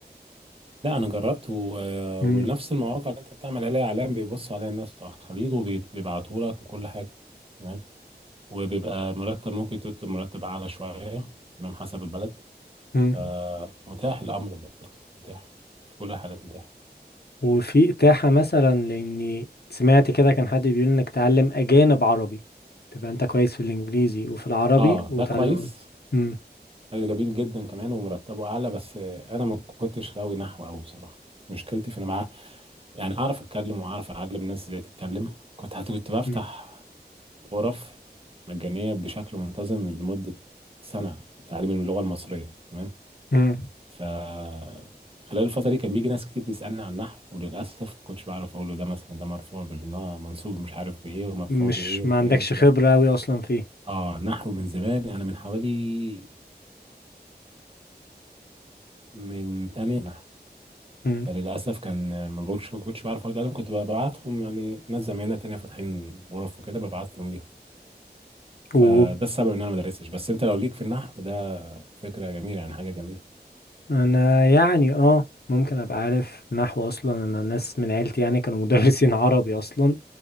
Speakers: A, on the right (about 35°); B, on the left (about 70°).
A: لا انا جربت و...
B: مم.
A: ونفس المواقع اللي انت بتعمل عليها اعلان بيبص عليها الناس بتوع الخليج وبيبعتوا لك وكل حاجه تمام وبيبقى مرتب ممكن تطلب مرتب أعلى شوية تمام حسب البلد
B: مم.
A: فمتاح الأمر برضه متاح في كل الحالات متاح
B: وفي إتاحة مثلا لأني سمعت كده كان حد بيقول إنك تعلم أجانب عربي تبقى أنت كويس في الإنجليزي وفي العربي
A: اه
B: وتعلم
A: ده كويس
B: مم.
A: ده جميل جدا كمان ومرتبه أعلى بس آه، أنا ما كنتش غاوي نحو أوي بصراحة مشكلتي في إن معاه يعني أعرف أتكلم وأعرف أعلم الناس إزاي تتكلم كنت حتى كنت بفتح
B: مم.
A: غرف مجانية بشكل منتظم لمدة سنة تعليم اللغة المصرية تمام
B: مم.
A: فخلال الفترة دي كان بيجي ناس كتير تسألني عن النحو وللأسف ما كنتش بعرف أقول له ده مثلا ده مرفوع بالنا منصوب مش عارف بإيه ومرفوع
B: مش
A: بإيه
B: ما
A: والحاجات
B: عندكش
A: دي كلها
B: خبرة أوي أصلا فيه
A: آه نحو من زمان أنا من حوالي من تانية نحو
B: مم.
A: فللأسف كان ما بقولش ما كنتش بعرف أرد عليهم كنت ببعتهم يعني ناس زمايلنا تانية فاتحين غرف وكده ببعتهم ليهم فده
B: و
A: السبب إن أنا ما درستش بس أنت لو ليك في النحو ده فكرة جميلة يعني حاجة جميلة
B: أنا يعني آه ممكن أبقى عارف نحو أصلا أنا ناس من عيلتي يعني كانوا <laughs> مدرسين عربي أصلا